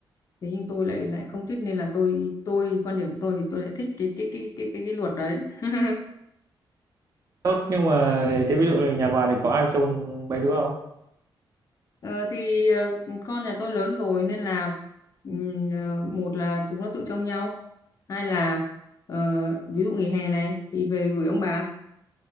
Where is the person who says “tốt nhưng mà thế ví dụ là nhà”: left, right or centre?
Right